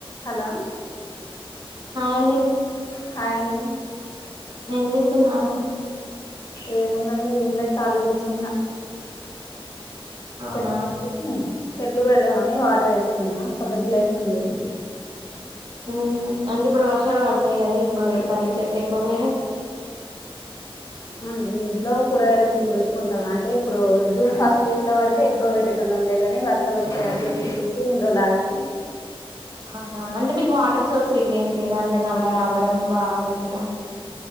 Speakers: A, on the left; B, on the right.
A: Hello
B: హాండి
A: hi అండి
B: ఏం చేస్తున్నారు
A: ఏముందండి ఏం లేదు ఖాళీ కూర్చున్న
B: అవునా
A: చెట్ల ఎత్తుకొని చెట్లు పెడదామని వాటర్ వేస్తున్నా కొంచెం ప్లేస్ ఉంది
B: మ్ అంటే ఇప్పుడు వర్షాలు పడతాయి కదా ఇప్పుడు పెడతారు చెట్ల ఎక్కువ మీరు
A: మ్ ఈ ఇంట్లో కూరగాయల చెట్లు పెట్టుకుంటాం అంటే ఇప్పుడు జూన్ ఫస్ట్ వీక్ లో పడితే ఇంట్లో పెట్టేటోలమ్ గద అని వర్షాలు వస్తాయ చూసి చూసి ఇన్ని రోజులు ఆగి
B: అవునా అంటే మీకు వాటర్ సోర్స్ ఇట్లా ఏం లేదా అంటే నల్లా రావడం బాగా ఇట్లా